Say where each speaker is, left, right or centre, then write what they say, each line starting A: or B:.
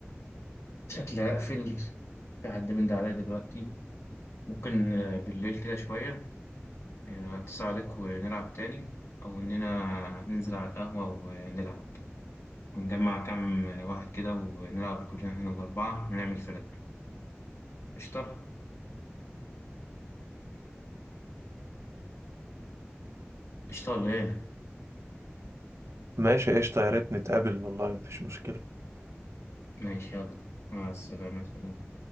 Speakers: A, on the left; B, on the right.
A: شكلي هقفل في حد من ده عليا دلوقتي ممكن آه، بالليل كده شوية آه، أتصل عليك ونلعب تاني أو إننا ننزل على القهوة ونلعب ونجمع كام واحد كده ونلعب كلنا هنا الأربعة ونعمل فرق قشطة قشطة ولا إيه؟
B: ماشي قشطة يا ريت نتقابل والله مفيش مشكلة
A: ماشي يلا مع السلامة خلينا